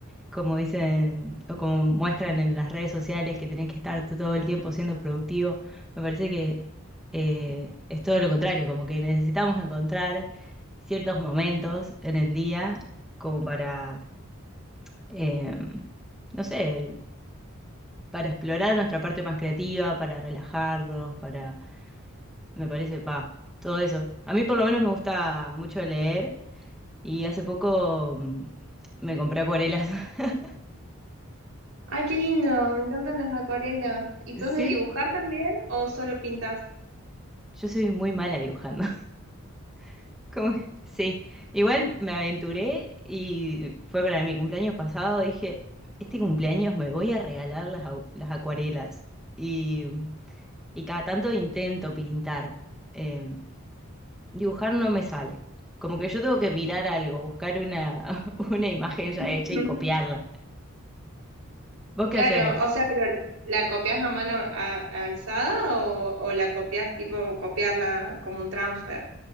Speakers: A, in the centre; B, on the right.
A: como dicen o como muestran en las redes sociales que tenés que estar todo el tiempo siendo productivo, me parece que eh, es todo lo contrario, como que necesitamos encontrar ciertos momentos en el día como para eh, no sé, para explorar nuestra parte más creativa, para relajarnos, para, me parece, va, todo eso. A mí por lo menos me gusta mucho leer y hace poco mm, me compré acuarelas. <laughs>
B: Ay, qué lindo, me encantan las acuarelas. ¿Y tú has
A: Sí,
B: de dibujar también o solo pintas?
A: yo soy muy mala dibujando. <laughs> Como que- Sí, igual me aventuré y fue para mi cumpleaños pasado, dije, este cumpleaños me voy a regalar las, au- las acuarelas. Y y cada tanto intento pintar. em, Dibujar no me sale. Como que yo tengo que mirar algo, buscar una, <laughs> una imagen ya
B: <laughs>
A: hecha y copiarla. ¿Vos qué
B: Claro,
A: haces?
B: o sea, pero ¿la copias a mano a- alzada o, o la copias tipo copiarla como un transfer?